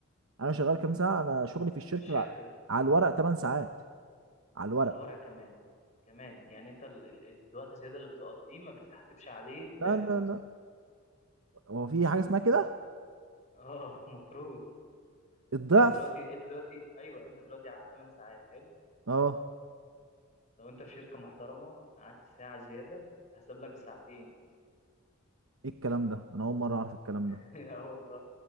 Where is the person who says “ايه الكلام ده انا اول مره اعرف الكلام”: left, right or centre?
Right